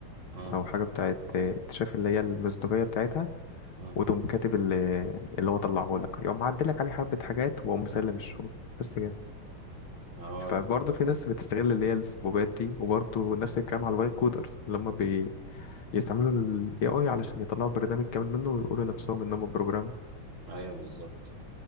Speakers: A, on the right; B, on the left.
A: اه
B: أو حاجة بتاعة آه، اكتشاف اللي هي المصداقية بتاعتها
A: اه
B: وتقوم كاتب ال- اللي هو طلعه لك يقوم معدلك عليه حبة حاجات وقوم مسلم الشغل بس كده
A: اه
B: فبرضه في ناس بتستغل اللي هي السبوبات دي وبرضه نفس الكلام على الفايب كودرز اللي هم بيستعملوا ال AI علشان يطلعوا برنامج كامل منه ويقولوا نفسهم إنهم بروجرامر
A: ايوه بالظبط